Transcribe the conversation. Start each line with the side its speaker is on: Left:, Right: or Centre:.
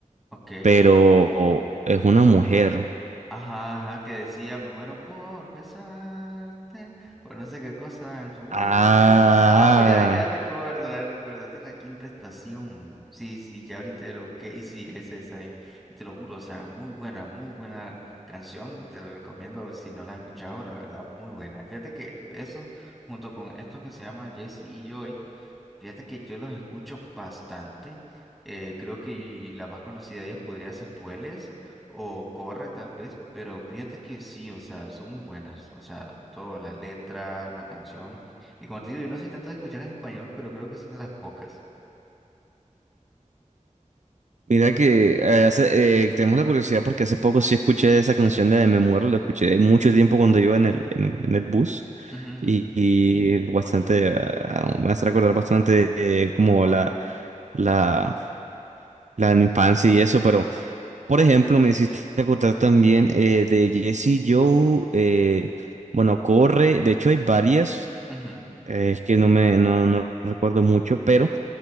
Centre: ok.
Right: pero es una mujer.
Centre: Ajá, ajá, que decía, me muero por besarte, por no sé qué cosa en su boca.
Right: Ah,
Centre: Ah, Oh, ya, ya recuerdo, ya recuerdo, es de la quinta estación. Sí, sí, ya ahorita ya lo busqué y sí, es esa, ahí. y te lo juro, o sea, muy buena, muy buena canción, te la recomiendo si no la has escuchado, la verdad, muy buena. Fíjate que eso, junto con esto que se llama Jesse y Joy, fíjate que yo los escucho bastante. eh, creo que la más conocida de ellos podría ser Dueles. O corre tal vez, pero fíjate que sí, o sea, son muy buenas, o sea, toda la letra, la canción. Y como te digo, yo no soy tanto de escuchar en español, pero creo que son de las pocas.
Right: mira que eh, hace- eh, tenemos la curiosidad porque hace poco sí escuché esa canción de Me Muero, lo escuché mucho tiempo cuando iba en el, en el, en el bus
Centre: Ujú,
Right: y, y bastante, ah, ah, me hace recordar bastante eh, como la, la, la infancia y eso, pero por ejemplo me hiciste acordar también eh, de Jesse Joe, eh, bueno, Corre, de hecho hay varias,
Centre: ujú, ujú.
Right: eh, es que no me no, no recuerdo mucho, pero...